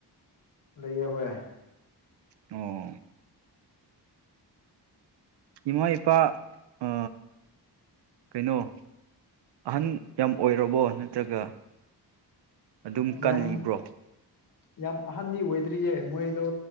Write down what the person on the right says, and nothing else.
ꯑꯣ ꯏꯃꯥ ꯏꯄꯥ ꯑ ꯀꯩꯅꯣ ꯑꯍꯟ ꯌꯥꯝ ꯑꯣꯏꯔꯕꯣ ꯅꯠꯇ꯭ꯔꯒ ꯑꯗꯨꯝ ꯀꯜꯂꯤꯕ꯭ꯔꯣ